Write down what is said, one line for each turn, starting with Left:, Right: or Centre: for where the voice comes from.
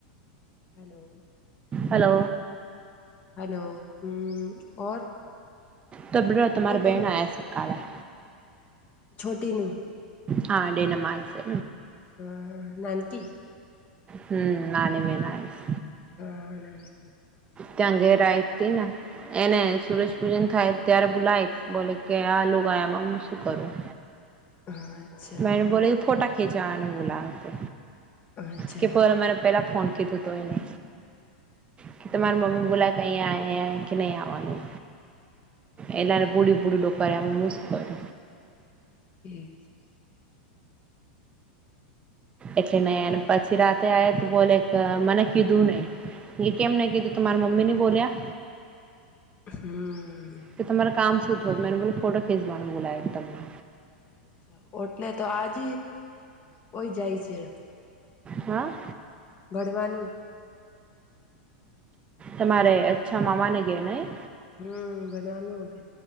Left: હલો
Right: હલો.
Left: હલો હ ઓર
Right: તો બ તમારી
Left: ઓર તમે
Right: બેન આયા છે કાલા
Left: છોટીનું
Right: હા ડેન મા છે
Left: હ નાનકી
Right: હમ નાની બેન આવીશ
Left: હ નાનક
Right: તંગે રાય તીના એને સૂરજ પૂજન થાય ત્યારે બલાયક બોલે કે આલ ગયામાં હું શું કરું
Left: અચ્છા
Right: મે બોલો ફોટા ખીંચવાના બોલાવેતે
Left: અચ્છા
Right: કે પેર મેરે પહેલા ફોન કીધું તો એને કે તમારી મમ્મી બોલા કહીં આ આઈ કે નહીં આવાનું એલ બૂડી બુડી ડોકમ મુસ્કો છ
Left: હીક છે
Right: એટલે નહીને પછી રાતે આ તો બોલે મને કીધું નઈ એ કેમ નહી કીધું તમારા મમ્મી ની બોલ્યા
Left: હમ
Right: કે તમારે કામ શું થ મેને બોલો ફોટો ખેંચવાનું બોલાવે તમને
Left: અચ્છા એટલે તો આજ હોય જાય છે
Right: હાં
Left: ભળવાનું.
Right: તમારે અચ્છા માવાને ગે નેય.
Left: હમ્મ બધવાનું હ.